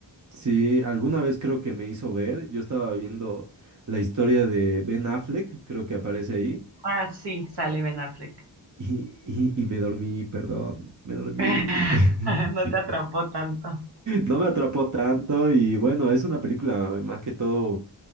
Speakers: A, on the right; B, on the right.
A: Sí, alguna vez creo que me hizo ver, yo estaba viendo la historia de Ben Affleck, creo que aparece ahí.
B: Ah, sí, sale Ben Affleck.
A: Y, y- y me dormí, perdón, me dormí.
B: <laughs>
A: <laughs>
B: No te atrapó tanto.
A: No me atrapó tanto y bueno, es una película más que todo